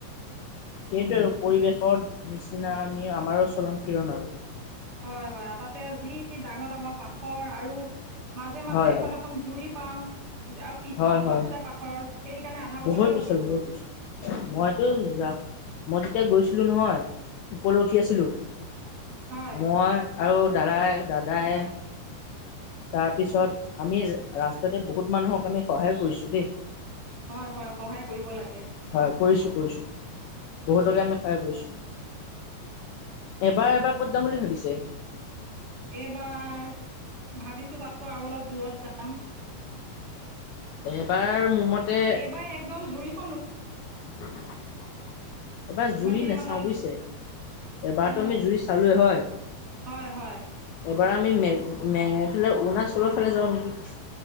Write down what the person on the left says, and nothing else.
সেইটোৱে আৰু পৰিৱেশৰ নিচিনা আমি আমাৰো চলন ফিৰণ আৰু।
হয়
হয়
হয় হয়
বহুত
পিছল
বহুত পিছল মইতো যাম মই যেতিয়া গৈছিলো নহয়, ওপৰলৈ উঠি আছিলো
মই আৰু দাদাই, দাদাই তাৰপিছত আমি ৰাস্তাতে বহুত মানুহক আমি সহায় কৰিছো দেই।
হয় কৰিছো কৰিছোঁ, বহুতকে আমি সহায় কৰিছোঁ। এইবাৰ এবাৰ ক'ত যাম বুলি ভাবিছে?
এইবাৰ মোৰ মতে
এইবাৰ জুৰি
নেচাওঁ
বুজিছে? এবাৰটো
জুৰি চালোৱে হয়।
এইবাৰ আমি মেঘ মে এইফালে অৰুণাচলৰ ফালে যাওঁ নেকি?